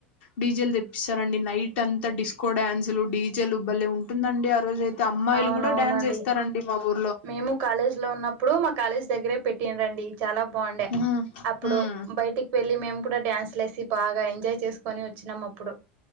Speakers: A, on the left (about 55°); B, on the right (about 55°).
A: డీజెల్ తెప్పిస్తారండి నైట్ అంతా డిస్ డాన్సులు డీజెలు ఉబ్బల్లే ఉంటుందండి ఆ రోజు అయితే అమ్మాయిలు
B: అవునవునండి
A: కుడ డాన్స్ ఏస్తారండి మా ఊర్లొ
B: మేము కాలేజ్ లో ఉన్నప్పుడు మా కాలేజ్ దగ్గరే పెట్ట్ టీమ్ రండి చాలా బాగుండె
A: ఉమ్
B: అప్పుడు
A: ఉమ్
B: బయటికి వెళ్ మళ్ళి మేము కూడా డ్యాన్స్ లేసి బాగా ఎంజాయ్ చేసుకొని వచ్చినం అప్పుడు